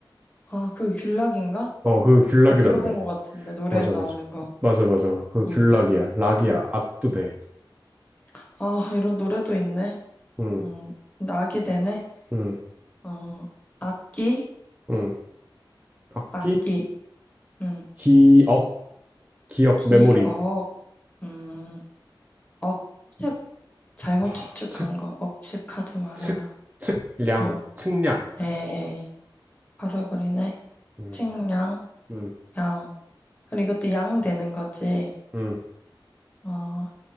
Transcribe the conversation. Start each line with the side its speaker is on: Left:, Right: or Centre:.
Left: 아, 그 귤락인가?
Right: 어, 그거 귤락이라
Left: 나 들어본
Right: 그래.
Left: 것 같은데, 노래에
Right: 맞아,
Left: 나오는
Right: 맞아.
Left: 거.
Right: 맞아, 맞아. 그 귤락이야.
Left: 응.
Right: 락이야. 악도 돼.
Left: 아, 이런 노래도 있네.
Right: 응,
Left: 응. 낙이 되네.
Right: 응,
Left: 어, 악기,
Right: 응. 악기?
Left: 악기. 응.
Right: 기억, 기억,
Left: 기억,
Right: 메모리.
Left: 음, 억측. 잘못
Right: 아,
Left: 추측한
Right: 측,
Left: 거. 억측하지 말아라.
Right: 측, 측량,
Left: 어,
Right: 측량.
Left: 에이. 바로 해버리네.
Right: 응,
Left: 측량,
Right: 응,
Left: 양. 그럼 이것도 양 되는 거지.
Right: 응.
Left: 어,